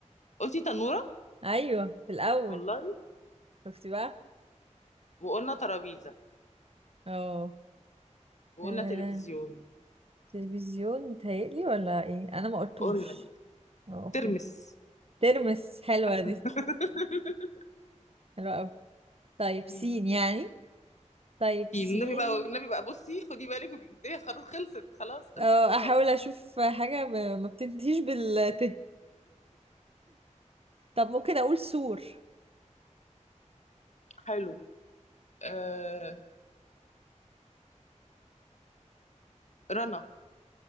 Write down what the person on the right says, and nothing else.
ايوه في الاول
شفتي بقى
اه
آه،
تلفزيون متهيألي ولا ايه انا ما قلتوش
اه اوكي
ترمس حلوه دي
حلوه قوي طيب
سين يعني طيب
سين
اه
احاول اشوف حاجه ب- ما بتنتهيش بالت طب ممكن اقول سور